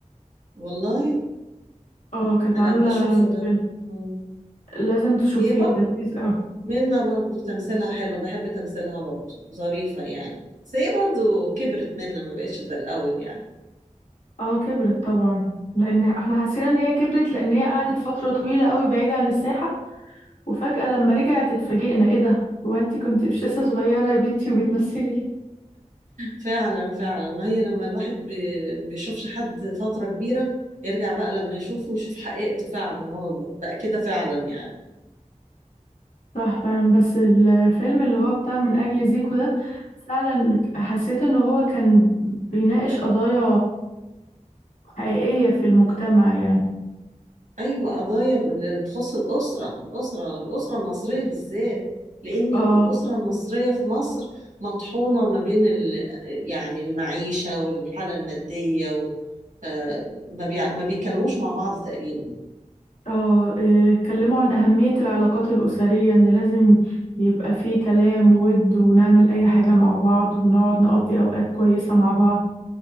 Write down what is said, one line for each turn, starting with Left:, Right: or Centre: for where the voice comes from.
Right: والله
Left: اه كانت
Right: انا
Left: عاملة
Right: ابقى اشوفه ده
Left: فيلم
Right: مم.
Left: لازم تشوفيه
Right: هي برضه
Left: لذيذ قوي
Right: منة برضه تمثيلها حلو بحب تمثيلها برضه ظريفة يعني بس هي برضه كبرت منة ما بقتش زي الاول يعني
Left: اه كبرت طبعا لان احنا حسينا ان هي كبرت لان هي قعدت فترة طويلة قوي بعيدة عن الساحة وفجأة لما رجعت اتفاجئنا ايه ده هو انتي كنت مش لسه صغيرة يا بنتي وبتمثلي
Right: فعلا فعلا ما هي لما الواحد بي- بيشوفش حد فترة كبيرة يرجع بقى لما يشوفه يشوف حقيقته فعلا هو بقى كده فعلا يعني
Left: صح فعلا بس الفيلم اللي هو بتاع من أجل زيكو ده فعلا حسيت ان هو كان بيناقش قضايا حقيقية في المجتمع يعني
Right: أيوة قضايا اللي تخص الأسرة الأسرة الأسرة المصرية بالذات لأن
Left: اه
Right: ك- الأسرة المصرية في مصر مطحونة ما بين ال... يعني المعيشة والحالة المادية و... ف- ما بي... ما بيتكلموش مع بعض تقريبا
Left: اه إيه، اتكلموا عن أهمية العلاقات الأسرية ان لازم يبقى فيه كلام وود ونعمل أي حاجة مع بعض ونقعد نقضي أوقات كويسة مع بعض